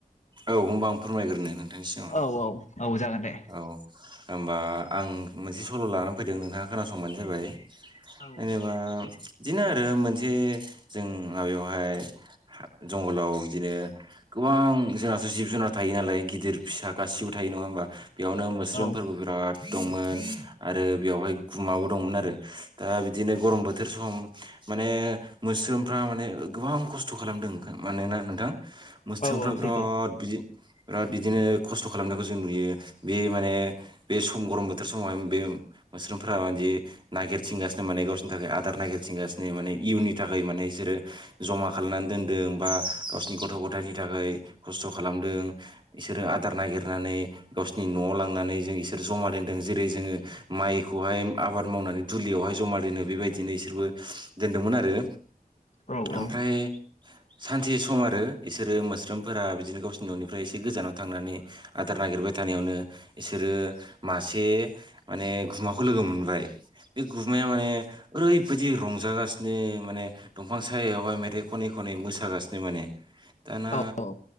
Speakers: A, on the right; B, on the left.
A: औ होनोमबा आं फोरमायग्रोनो नोंथांनि सिगाङाव
B: औ-औ-औ जागोन दे
A: औ होमबा आं मोनसे सल' लाना फैदों नोंथाङा खोनासंबानो जाबाय।
B: औ
A: जेनेबा बिदिनो आरो मोनसे जों माबायावहाय जंगलाव बिदिनो गोबां जोंनाथ' जिब-जुनार थायो नालाय गिदिर फिसा गासिबो थायो नङा होमबा। बेयावनो मोस्रोमफोरबो
B: औ
A: बिराद दंमोन आरो बेवहाय गुमाबो दंमोन आरो दा बिदिनो गरम बोथोर सम- माने मोस्रोमफ्रा माने गोबां खस्थ' खालामदों मानोना नोंथां मोस्थोमफ्रा
B: औ औ
A: बिराद
B: सैथो
A: बिदि बिराद बिदिनो खस्थ' खालामनायखौ जों नुयो बे माने बे सम गरम बोथोर समावहाय बे उ मोस्रोम नागिरथिंगासिनो माने गावसिनि थाखाय आदार नागिरथिंगासिनो माने इयुननि थाखाय माने इसोरो जमा खालामनानै दोनदों बा गावसोरनि गथ' गथायनि थाखाय खस्थ' खालामदों। इसोरो आदार नागिरनानै गावसिनि न'आव लांनानै जों इसोर जमा दोनदों जेरै जोङो माइखौहाय आबाद मावनानै दुलियावहाय जमा दोनो बेबायदिनो इसोरबो दोनदोंमोन आरो
B: औ औ
A: ओमफ्राय
B: औ
A: सानसे सम आरो इसोरो मोस्रोमफोरा बिदिनो गावसिनि न'निफ्राय एसे गोजानाव थांनानै आदार नागिरबाय थानायावनो इसोरो मासे माने गुमाखौ लोगो मोनबाय बे गुमाया माने ओरैबायदि रंजागासिनो माने दंफां सायायावहाय मेथाइ खनै-खनै मोसागासिनो माने। दाना
B: औ औ